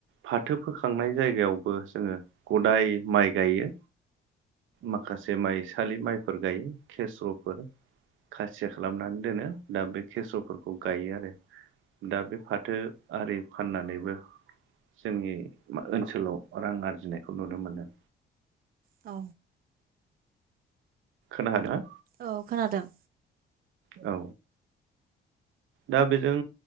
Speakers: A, on the right (about 80°); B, on the right (about 50°).
A: फाथो फोखांनाय जायगायावबो जोङो गदाय माइ गायो। माखासे माइसालि माइफोर गायो खेस्र'फोर। खारसिया खालामनानै दोनो दा बे खेस्र'फोरखौ गायो आरो। दा बे फाथो आरि फाननानैबो जोंनि ओनसोलाव रां आरजिनायखौ नुनो मोनो।
B: औ
A: खोना हादों ना?
B: औ खोनादों।
A: औ दा बेजों